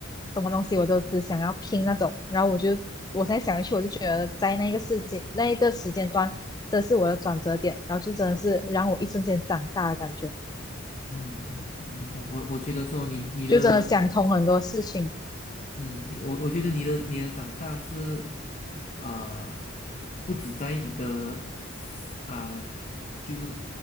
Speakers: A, on the left; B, on the left.
A: 什么东西我都只想要拼那种，然后我就我才想一去，我就觉得在那个世界那一个时间段，这是我的转折点，然后就真的是让我一瞬间长大的感觉，
B: 嗯，明白我我觉得说你你的
A: 就真的想通很多事情，
B: 嗯，我我觉得你的你的长大是啊、不止在你的啊、就是